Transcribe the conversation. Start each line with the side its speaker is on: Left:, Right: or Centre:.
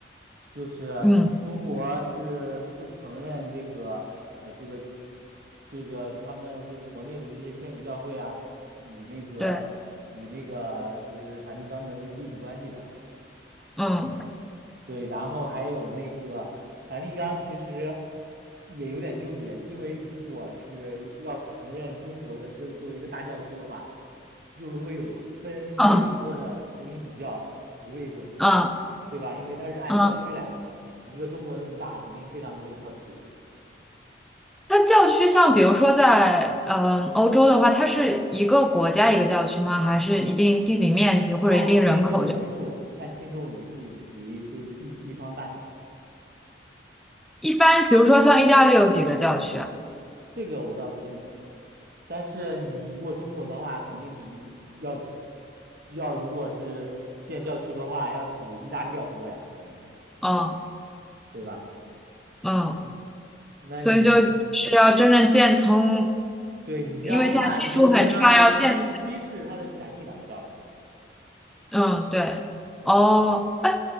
Right: 就是中国是不承认这个呃这个
Centre: 嗯，
Right: 这个他们就是国内的这些天主教会啊与那个与那个就是梵蒂冈的那个隶属关系的。
Centre: 对，
Right: 嗯，
Centre: 嗯
Right: 对，然后还有那个梵蒂冈，其实也有点纠结，因为如果是要承认中国的这作为一个大教区的话，又会有分非常多的红衣主教职位过去，
Centre: 嗯嗯
Right: 对吧？因为它是按教区来的，
Centre: 嗯。
Right: 一个中国那么大，肯定非常多的教区，
Centre: 它教区像比如说在嗯欧洲的话，它是一个国家一个教区吗？还是一定地理面积或者一定人口就？
Right: 看信众人数，看信众人数以及就是地地方大小，
Centre: 一般比如说像意大利有几个教区啊？
Right: 这个我倒不清楚。但是你如果中国的话，肯定比要要如果是建教区的话，要比意大利要多呀，肯定，
Centre: 嗯
Right: 对吧？
Centre: 嗯，
Right: 那你
Centre: 所以就是要真正建从，
Right: 对你这样的话，
Centre: 因为现在技术很差，
Right: 你就相当于稀稀释他的权利了，
Centre: 要建
Right: 你知道吧？
Centre: 嗯对哦哎，
Right: 对，